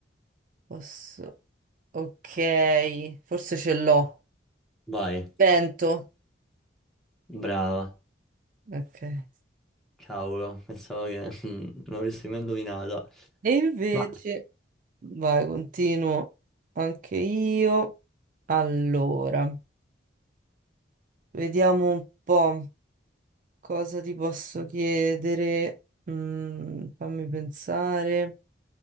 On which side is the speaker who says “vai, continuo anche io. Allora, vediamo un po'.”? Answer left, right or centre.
Right